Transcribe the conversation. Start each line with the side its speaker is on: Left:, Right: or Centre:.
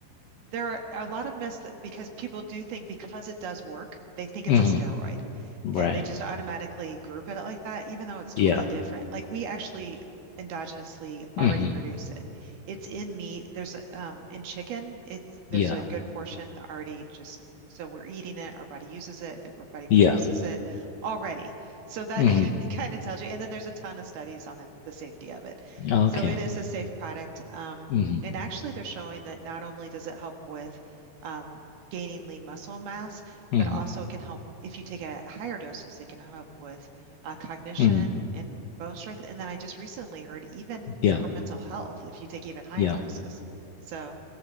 Right: There are a lot of myths that because people do think because it does work, they think it's
Left: hmm
Right: a steroid
Left: Right.
Right: and they just automatically group it like that, even though it's totally
Left: Yeah.
Right: different. Like we actually endogenously
Left: hmm
Right: already produce it. It's in meat. There's a, um, in chicken, it's there's
Left: Yeah.
Right: a good portion already just so we're eating it, our body uses it, our body produces
Left: Yeah.
Right: it already. So that
Left: hmm
Right: <laughs> it kind of tells you. And then there's a ton of studies on the safety of it.
Left: Okay.
Right: So it is a safe product. Um,
Left: hmm
Right: and actually, they're showing that not only does it help with um, gaining lean muscle mass,
Left: hmm
Right: but also it can help if you take it at higher doses, it can help with uh, cognition
Left: hmm
Right: and bone strength. And then I just recently heard even
Left: Yeah.
Right: for mental health if you take even higher
Left: Yeah.
Right: doses. So,